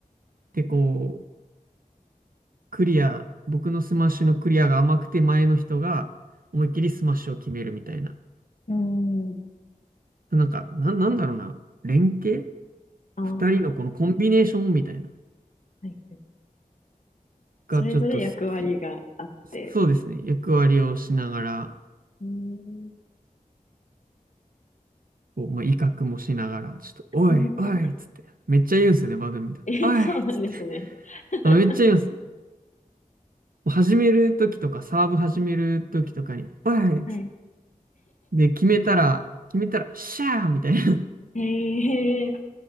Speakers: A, on the right; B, on the left.
A: で、こう、クリア、僕のスマッシュのクリアが甘くて前の人が思いっきりスマッシュを決めるみたいな。
B: うん。
A: なんか、な、なんだろうな。連携
B: ああ、
A: 二人のこのコンビネーションみたいな。
B: はい、はい。
A: がちょっと好き。
B: それぞれ役割があって。
A: そうですね。役割をしながら、
B: うん。
A: こう、まあ、威嚇もしながら、ちょっと、
B: <laughs>
A: おい、おいっつって。めっちゃ言うんですよね、バドミントン。
B: え、
A: おいっつって。
B: そうなんですね。<laughs>
A: あ、めっちゃ言うんです。始めるときとか、サーブ始めるときとかに、おいっつって。
B: はい。
A: で、決めたら、決めたら、シャーみたいな。
B: へえ、